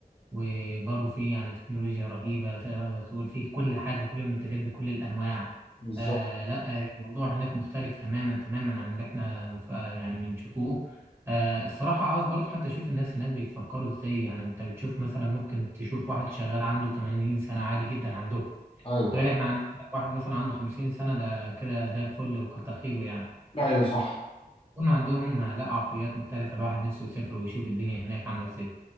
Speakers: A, on the right; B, on the left.
A: وبرضه فيه يعني تكنولوجيا رهيبة تقدر تقول فيه كل حاجة كل المنتجات بكل الأنواع
B: بالظبط
A: آه لا آه، الموضوع هناك مختلف تماما تماما عن اللي احنا مف- آه، يعني بنشوفوه آه الصراحة عاوز برضه حتى أشوف الناس هناك بيفكروا إزاي يعني أنت بتشوف مثلا ممكن تشوف واحد شغال عنده 80 سنة عادي جدا عندهم
B: ايوه
A: غير احنا عندنا واحد مثلا عنده 50 سنة ده كده زي الفل وكتر خيره يعني
B: ايوه ايوه صح
A: يكون عندهم آه، لا عقليات مختلفة الواحد نفسه يسافر ويشوف الدنيا هناك عاملة ازاي